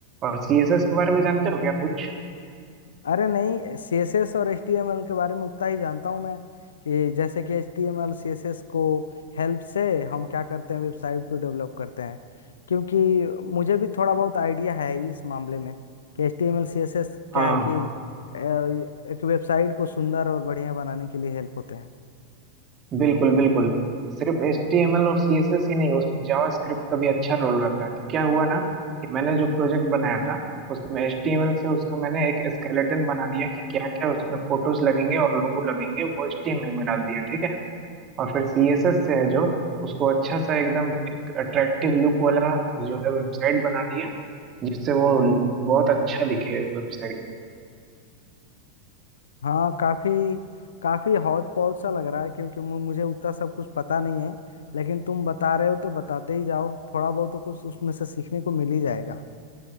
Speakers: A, on the right; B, on the left.
A: और सी एस एस के बारे में जानते हो क्या कुछ
B: अरे नहीं सीएसएस और एचटीएमएल के बारे में उतना ही जानता हूँ मैं कि जैसे कि एचटीएमएल सीएसएस को हेल्प से हम क्या करते हैं वेबसाइट को डेवलप करते हैं क्योंकि मुझे भी थोड़ा बहुत आइडिया है ही इस मामले में कि एचटीएमएल सीएसएस क्या
A: हाँ
B: है कि अ, एक वेबसाइट को सुंदर और बढ़िया बनाने के लिए हेल्प होते हैं
A: बिल्कुल बिल्कुल सिर्फ एच टी एम एल और सी एस एस ही नहीं उसमें जावा स्क्रिप्ट का भी अच्छा रोल रहता है तो क्या हुआ ना कि मैंने जो प्रोजेक्ट बनाया था उसमें एच टी एम एल से उसका मैंने एक स्केलेटन बना दिया कि क्या क्या उसमें फोटोज लगेंगे और लोगो लगेंगे वो एच टी एम एल में डाल दिया ठीक है और फिर सी एस एस से है जो उसको अच्छा सा एकदम एक अट्रैक्टिव लुक वाला जो है वेबसाइट बना दिया जिससे वो बहुत अच्छा दिखे वेबसाइट
B: हाँ काफी काफी हौज पौज सा लग रहा है क्योंकि मु- मुझे उतना सब कुछ पता नहीं है लेकिन तुम बता रहे हो तो बताते ही जाओ थोड़ा बहुत तो कुछ उसमें से सीखने को मिल ही जाएगा